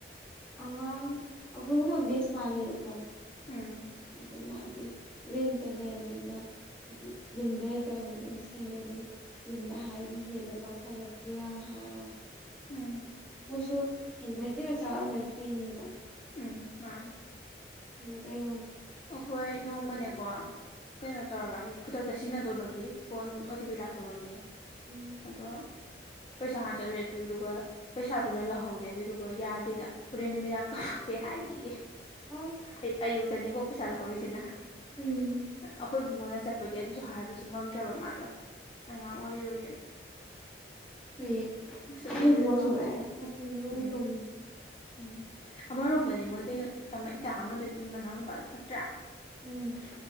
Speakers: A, in the centre; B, on the left.
A: ꯑꯉꯥꯡ ꯑꯍꯨꯝ ꯃꯛ ꯕꯦꯁ ꯃꯥꯜꯂꯦꯕꯀꯣ
B: ꯎꯝ
A: ꯑꯣ ꯃꯥꯗꯤ ꯔꯦꯟꯇ ꯂꯩ ꯑꯗꯨꯅ ꯍꯥꯏꯗꯤ ꯌꯨꯝꯗ ꯂꯩꯇꯕꯅꯤꯅ ꯁꯦꯅꯗꯤ ꯌꯨꯝꯗ ꯍꯥꯏꯈꯤ ꯌꯦꯡꯗ ꯀꯥꯞꯍꯜꯂꯛꯀꯦꯒ ꯍꯥꯏꯔꯒ
B: ꯎꯝ
A: ꯃꯣꯏꯁꯨ ꯍꯥꯏꯗꯤ ꯃꯩꯇꯩ ꯃꯆꯥ ꯑꯣꯏꯔꯝꯕꯩ ꯐꯩꯅꯦꯕ
B: ꯎꯝ ꯃꯥꯅꯦ
A: ꯀꯩꯒꯨꯝꯕꯥ <unintelligible>
B: ꯑꯩꯈꯣꯏ ꯅꯣꯡꯃꯅꯦꯀꯣ ꯀꯩꯅꯣ ꯇꯧꯔꯕ ꯍꯥꯏꯗꯤ ꯈꯨꯗꯛꯇ ꯁꯤꯖꯤꯟꯅꯗꯧꯕꯒꯤ ꯐꯣꯟ ꯑꯣ ꯇꯤ ꯄꯤ ꯂꯥꯛꯇꯧꯕꯒꯤ
A: ꯎꯝ
B: ꯑꯗꯣ
A: <inaudible>
B: ꯄꯩꯁꯥ ꯍꯥ ꯆꯠꯂꯨꯔꯦ ꯑꯗꯨꯗꯨꯒ ꯄꯩꯁꯥꯗꯨꯅ ꯂꯧꯍꯧꯔꯦ ꯑꯗꯨꯗꯨꯒ ꯌꯥꯗꯦꯅ ꯍꯣꯔꯦꯟ ꯅꯨꯃꯤꯗꯥꯡ ꯀꯦ ꯍꯥꯏꯌꯦ
A: ꯑꯁ
B: ꯑ ꯑꯌꯨꯛꯇꯅꯤꯀꯣ ꯄꯩꯁꯥ ꯂꯧꯍꯧꯔꯤꯁꯤꯅ
A: ꯎꯝ
B: ꯑꯩꯈꯣꯏ ꯕꯨꯨꯡꯉꯣꯅꯥ ꯆꯠꯄꯒꯤ ꯑꯗꯨꯁꯨ ꯍꯥꯏꯕꯁꯨ ꯉꯝꯗ꯭ꯔꯕ ꯃꯥꯗꯣ ꯑꯉꯥꯡ ꯑꯣꯏꯔꯤꯕꯒꯤ
A: ꯅꯣꯏ
B: ꯑꯁ ꯑꯗꯨꯏꯗꯨꯗ
A: ꯏꯕꯨꯡꯉꯣ
B: ꯇꯧꯕꯁꯤꯗꯤ ꯎꯝ
A: <unintelligible>
B: ꯎꯝ ꯑꯃꯔꯣꯝꯗꯗꯤ ꯃꯣꯏ ꯀꯩꯅꯣ ꯏꯇꯥ ꯑꯃꯗꯨꯒꯤ ꯃꯅꯥꯎ ꯅꯨꯄꯥꯗꯨ ꯐꯠꯇ꯭ꯔꯥ
A: ꯎꯝ